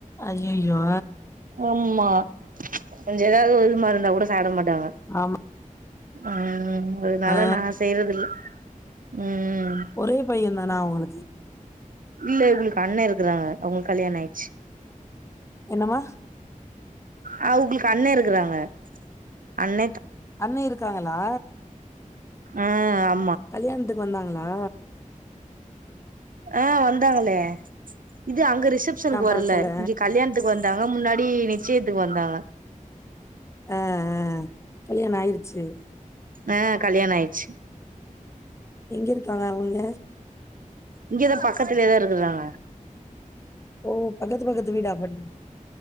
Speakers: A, on the left (about 20°); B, on the right (about 80°).
A: அய்யய்யோ
B: ஆமா கொஞ்சோ ஏதாவது <unintelligible> மாருந்தா கூட சாப்டமாட் டாங்க
A: ஆமா.
B: உம் அதனால
A: அ
B: நா செய்யறதில்ல உம்
A: ஒரே பையன் தானா அவங்களுக்கு?
B: இல்ல இவுங்களுக்கு அண்ண இருக்குறாங்க அவுங்களுக்கு கல்யாணோ ஆயிச்சு
A: என்னம்மா
B: ஆஹ் அவுங்களுக்கு அண்ண இருக்கறாங்க அண்ண
A: அண்ண இருக்காங்களா
B: உம்
A: கல்யாணத்துக்கு வந்தாங் களா
B: ஆஹ் வந்தாங்களே இது அங்க இருக் ரிசப்ஷனுக்கு
A: நா
B: வரல
A: பாக்கல
B: இங்க கல்யணத்துக்கு வந்தாங் றோம் முன்னாடி நிச்சயத்துக்கு வந்தாங்க
A: ஆஹ் ஆஹ் கல்யாணோ ஆயிருச்சு
B: ஆஹ் கல்யாண ஆயிடுச்சு
A: எங்க இருக்காங்க அவங்க
B: இங்கதா பக்கத்திலயேதா இருக்குறாங்க
A: ஓ பக்கத்து பக்கத்தண வீடா அப்ப நீனு